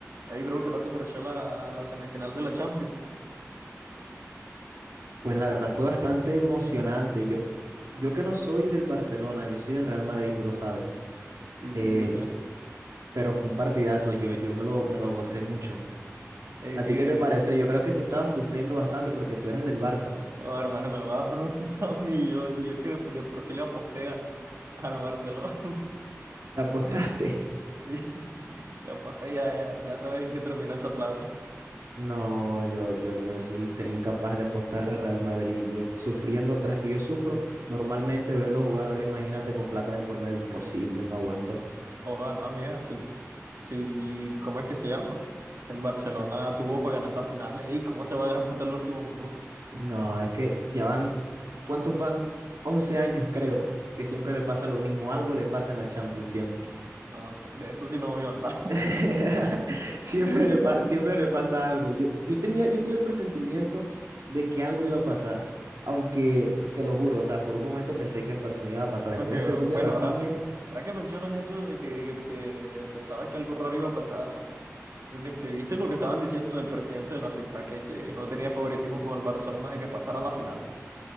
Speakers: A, on the right; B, on the right.
A: Ey, bro, ¿qué tal te pareció la, la semifinal de la Champions?
B: Pues la verdad fue bastante emocionante. Yo, yo que no soy del Barcelona, yo soy del Real Madrid, tú lo sabes.
A: Sí, sí,
B: Eh,
A: yo sé.
B: pero fue un partidazo, yo, yo me lo, me lo gocé mucho.
A: <laughs> Ey,
B: ¿A
A: sí,
B: ti qué
A: de...
B: te pareció? Yo creo que tú estabas sufriendo bastante porque tú eras del Barça.
A: oh, hermano, me lo vas a preguntar <laughs> a mí. y Yo, y yo que de, de por sí le aposté al, al Barcelona.
B: ¿La apostaste?
A: <laughs>
B: <laughs>
A: Sí, le aposté, ya, ya, ya sabes en qué terminó esa plata.
B: No, yo, yo, yo sí sería incapaz de apostarle al Real Madrid. Yo sufriendo, tras que yo sufro, normalmente verlo jugar ahora, imagínate con plata de por medio, imposible, no aguanto.
A: <laughs> Joda, no, amiga, sí. Sí, ¿cómo es que se llama? El Barcelona tuvo para ganar esa final. Ey, ¿cómo se va a dejar empatar el último minuto?
B: No, es que ya van, ¿cuántos van? 11 años creo, que siempre le pasa lo mismo, algo le pasa en la Champions siempre.
A: No, de eso sí no voy a hablar.
B: <laughs> Siempre
A: <laughs>
B: le pa- siempre le pasa algo. Yo, yo tenía, yo tenía el presentimiento de que algo iba a pasar, aunque te lo juro, o sea, por un momento pensé que el Barcelona iba a pasar después
A: Aunque,
B: de ese gol
A: bueno,
B: de Rafinha,
A: ahora. Ahora que mencionas eso de que, que, que pensabas que algo raro iba a pasar, este, ¿viste lo que estaban diciendo del presidente de la FIFA, que, que no tenía favoritismo con el Barcelona de que pasara a la final?